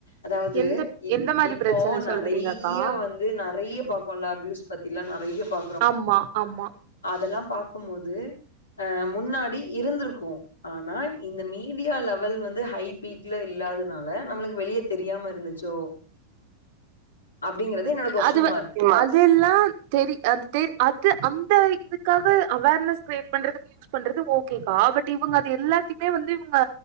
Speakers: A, on the left; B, on the right.
A: அதாவது
B: எந்த
A: இப்
B: எந்த மாரி
A: இப்போ
B: பிரச்சன
A: நறைய
B: சொல்றீங்கக்கா
A: வந் து நறைய பாக்கோல அபியூஸ் பத்திலா நறைய பா
B: ஆமா ஆமா
A: அதெல்லா பாக்கும் போது அ முன்னாடி இருந்திருக்கு ஆனா இந்த மீடியால வ வல் வந்து ஹை பீக்ல இல்லாதனால நம்மளுக்கு வெளிய தெரியாம இருந்துச்சோ அப்படிங்கறது என்னோட கொஸ்டின்
B: அதுவ
A: மார்க்.
B: அதுல்லா தெரி அ அது அந்த இதுக்காக அவர்னஸ் கிரேட் பண்றதுக்கு யூஸ் பண்றது ஓகேக்கா பட் இவங்க அது எல்லாத்தையுமே வந்து இவங்க